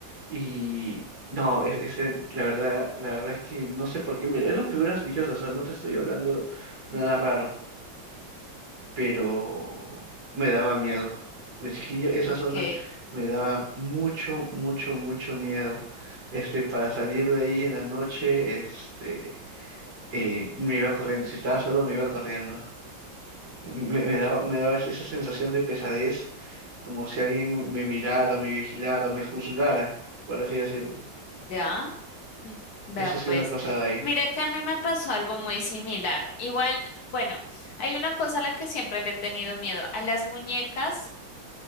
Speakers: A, on the right; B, on the left.
A: Y no, es- ese, la verdad, la verdad es que no sé por qué, mira, eran figuras religiosas, o sea, no te estoy hablando nada raro, pero me daba miedo. De chiquillo, esa
B: Ok,
A: zona me daba mucho, mucho, mucho miedo. Este, para salir de ahí en la noche, este eh, me iba corriendo, si estaba solo me iba corriendo. Me, me daba, me daba esa sensación de pesadez, como si alguien me mirara, me vigilara, me juzgara, por así decirlo.
B: ya. Mm, Vea
A: Eso sí
B: pues.
A: me ha pasado ahí,
B: Mira que a mí me pasó algo muy similar. Igual, bueno, hay una cosa a la que siempre le he tenido miedo, a las muñecas